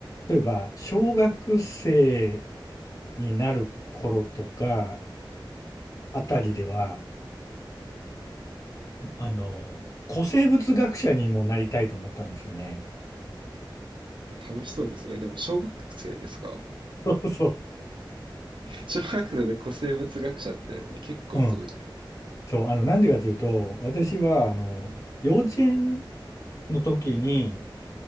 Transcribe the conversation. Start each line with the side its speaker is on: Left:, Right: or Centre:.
Left: 例えば、小学生になる頃とか、あたりでは、あの、古生物学者にもなりたいと思ったんですよね。
Right: 楽しそうですね。でも小学生ですか
Left: <laughs> そうそ
Right: 小学生で古生物学者ってね結構すごいです。
Left: う。うん。そう、あの、なんでかというと、私は、あの、幼稚園の時に、